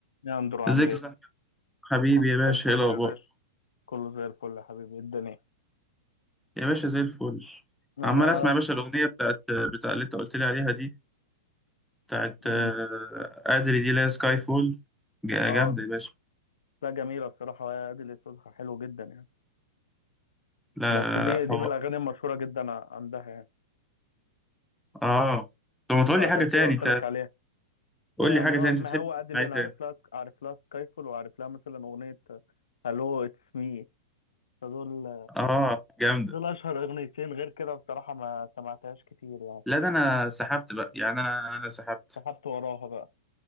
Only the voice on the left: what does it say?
يا اندرو عامل
ايه؟
كله
زي الفل
يا باشا كله زي الفل يا حبيبي إيه الدنيا
انا
مم.
اه
لا جميلة بصراحة يا ادي اللي صوتها حلو جدا يعني
بس
دي
دي من الاغاني المشهورة جدا عندها يعني
فعشان
كده قلت
لك عليها
فيعني
هو-
ما
هو اديل
انا
عارف لها عارف لها سكايفول وعارف لها مثلا اغنية هالو اتس مي فدول
دول اشهر اغنيتين غير كده بصراحة ما سمعتهاش كتير يعني
سحبت وراها بقى